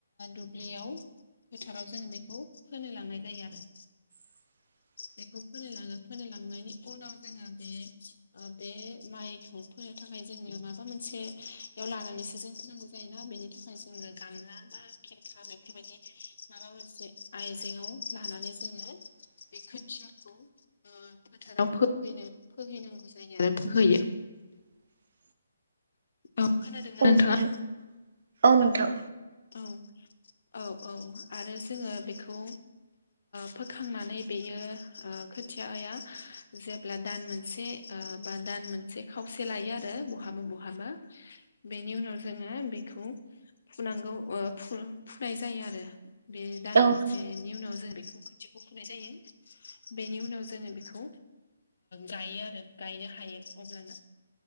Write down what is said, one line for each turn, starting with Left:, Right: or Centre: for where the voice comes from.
Left: दुब्लियाव फोथाराव जोङो बेखौ फोनो लांनाय जायो आरो
Right: <inaudible>
Left: बेखौ फोनो लाङो फोनो लांनायनि उनाव जोङो बे बे माइखौ फोनो थाखाय जोङो माबा मोनसेयाव लानानैसो जों होनांगौ जायोना बेनि थाखाय जोङो गामला बा खिरखा बेफोरबायदि माबा मोनसे आइजेंङाव लानानै जोङो
Right: <inaudible>
Left: बे खोथियाखौ फोथाराव फोहैनो फोहैनांगौ जायो आरो फोहैयो
Right: <inaudible>
Left: औ खोनादों नोंथाङा
Right: औ नोंथां औ नोंथां
Left: औ औ औ आरो जोङो बेखौ फोखांनानै बेयो खोथियायख जेब्ला दान मोनसे बा दान मोनसे खावसे लायो आरो ब बहाबा बहाबा बेनि उनाव जोङो बेखौ फुनांगौ फुनाय जायो आरो बे दान
Right: औ
Left: मोनसेनि उनाव जों बेखौ खाथिखौ फुनाय जायो बेनि उनाव जोङो बेखौ गायो आरो गायनो हायो अब्लाना